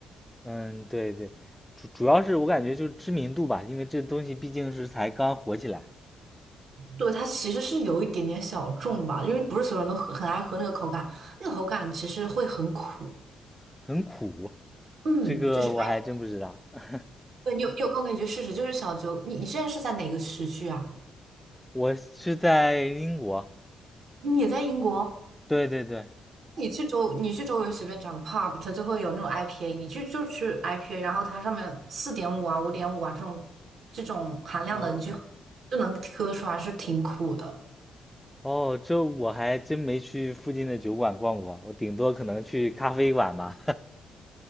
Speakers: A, in the centre; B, on the right.
A: 嗯，对对，主主要是我感觉就是知名度吧，因为这东西毕竟是才刚火起来，
B: 对，它其实是有一点点小众吧，因为不是所有人都很很爱喝那个口感，那个口感其实会很苦。
A: 很苦，
B: 嗯，
A: 这个我还真不知道。
B: 就是 IP，
A: <laughs>
B: 对你有你有空可以去试试。就是小酒，你你现在是在哪个时区啊？
A: 我是在英国，
B: 你也在英国？
A: 对对对，
B: 你去周你去周围随便找个 pub，它就会有那种 IPA，你去就去 IPA，然后它上面四点五啊、五点五啊这种这种含量的，
A: 哦。
B: 你就就能喝出来是挺苦的。
A: 哦，这我还真没去附近的酒馆逛过，我顶多可能去咖啡馆吧。